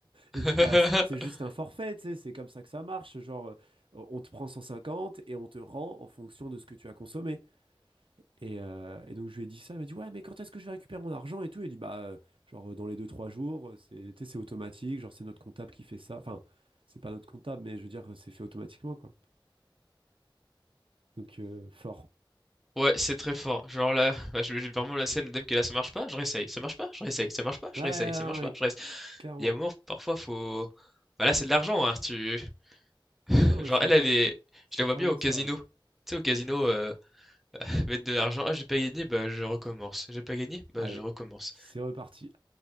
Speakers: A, in the centre; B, on the right.
A: <laughs>
B: Il dit: «Bah, c c'est juste un forfait, tu sais, c'est comme ça que ça marche, genre, heu, on te prend 150 et on te rend en fonction de ce que tu as consommé». Et, euh, et donc je lui ai dit ça, il m'a dit ouais mais quand est-ce que je vais récupérer mon argent et tout, il dit bah euh, genre euh, dans les deux trois jours, euh, c'est tu sais, c'est automatique, genre c'est notre comptable qui fait ça, enfin c'est pas notre comptable mais je veux dire euh, c'est fait automatiquement quoi. Donc euh, fort.
A: Ouais, c'est très fort. Genre là, bah, j'imagine vraiment la scène, le dame qui est là, ça marche pas, je réessaye, ça marche pas, je réessaye, ça marche pas,
B: Ouais,
A: je réessaye,
B: ouais,
A: ça
B: ouais,
A: marche
B: ouais,
A: pas, je réessaye.
B: clairement.
A: Il y a un moment, parfois faut. Bah là, c'est de l'argent, hein, si tu. <laughs>
B: Ah ouais, non mais
A: Genre
B: c'est
A: elle, elle est.
B: c'est
A: Je la
B: clairement
A: vois bien au casino.
B: ça.
A: Tu sais, au casino, euh, mettre de l'argent. Ah, j'ai pas gagné, bah je recommence. J'ai pas gagné, bah
B: Allez,
A: je recommence.
B: c'est reparti.